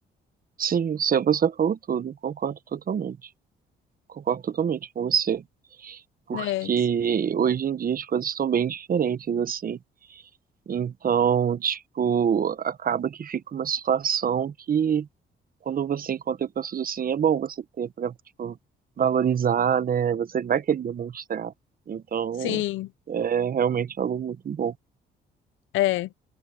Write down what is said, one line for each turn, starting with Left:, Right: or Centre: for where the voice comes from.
Right: Sim, você você falou tudo, concordo totalmente. Concordo totalmente com você. porque
Left: É,
Right: hoje em dia as coisas estão bem diferentes, assim. Então, tipo, acaba que fica uma situação que quando você encontra pessoas assim, é bom você ter pra, tipo, valorizar, né? Você vai querer demonstrar. Então,
Left: sim,
Right: é realmente algo muito bom.
Left: é.